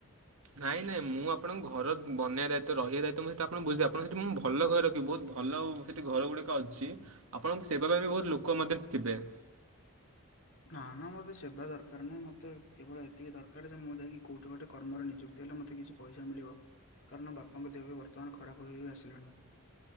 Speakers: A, on the right; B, on the left.
A: ନାଇଁ ନାଇଁ ମୁଁ ଆପଣଙ୍କ ଘର ବନେଇବା ଦାୟିତ୍ୱ ରହିବା ଦାୟିତ୍ୱ ମୁଁ ସେତ ଆପଣ ବୁଝଦେବି ଆପଣଙ୍କ ସେତ ମୁଁ ଭଲ ଘର ରଖିବ ବହୁତ ଭଲ ଆଉ ସେ ଘର ଗୁଡିକ ଅଛି ଆପଣଙ୍କ ସେବା ପାଇଁ ବି ବହୁତ ଲୋକ ମଧ୍ୟ ଥିବେ।
B: ନା ନା ମୋର ସେବା ଦରକାର ନାହିଁ ମତେ କେବଳ ଏତିକି ଦରକାର ଯେ ମୁଁ ଯାଇକି କୋଉଠି ଗୋଟେ କର୍ମରେ ନିଯୁକ୍ତି ହେଲେ ମୋତେ କିଛି ପଇସା ମିଳିବ କାରଣ ବାପାଙ୍କ ଦେହ ବି ବର୍ତ୍ତମାନ ଖରାପ ହୋଇ ଆସିଲାଣି।